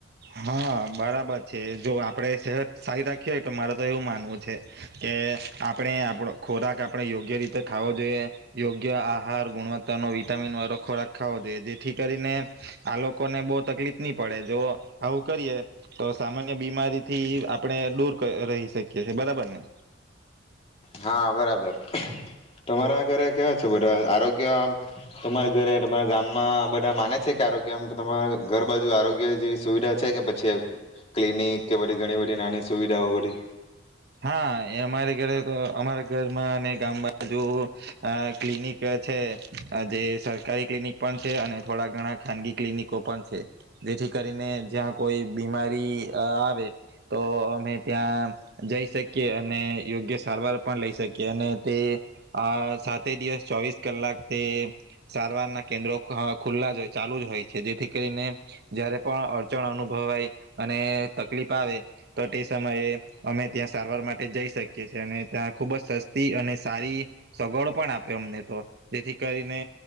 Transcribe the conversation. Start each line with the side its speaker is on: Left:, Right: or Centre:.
Right: હા બરાબર છે જો આપણે સેહત સારી રાખીએ હોય તો મારે તો એવું માનવું છે કે આપણે આપો ખોરાક આપણે યોગ્ય રીતે ખાવો જોઈએ યોગ્ય આહાર ગુણવત્તાનો વિટામીન વાળો ખોરાક ખાવો જોઈએ જેથી કરીને આ લોકોને બહુ તકલીફ નહી પડે જો આવું કરીએ તો સામાન્ય બીમારી થી આપણે દૂર રહી શકીએ છે બરાબર ને
Left: હા બરાબર તમારા ઘરે કેવા છે બધા આરોગ્ય તમારા ઘરે તમારા ગામમાં બધા માને છે કે આરોગ્યમ તમારા ઘર બાજુ આરોગ્ય જેવી સુવિધા છે કે પછી ક્લિનિક કે બધી ઘણી બધી નાની સુવિધાઓ બધી.
Right: હા એ અમારે ઘરે તો અમારા ઘરમાં અને ગામ બાજુ ક્લિનિક છે જે સરકારી ક્લિનિક પણ છે અને થોડા ઘણા ખાનગી ક્લિનિકો પણ છે જેથી કરીને જ્યાં કોઈ બીમારી આવે તો અમે ત્યાં જઈ શકીએ અને યોગ્ય સારવાર પણ લઈ શકીએ અને તે સાતે દિવસ ચોવીસ કલાક તે સારવારના કેન્દ્રો ખુલ્લા જ ચાલુ જ હોય છે જેથી કરીને જ્યારે પણ અડચણ અનુભવાય અને તકલીફ આવે તો તે સમયે અમે ત્યાં સારવાર માટે જઈ શકીએ છેએ અને ત્યાં ખુબ જ સસ્તી અને સારી સગવડો પણ આપે અમને તો જેથી કરીને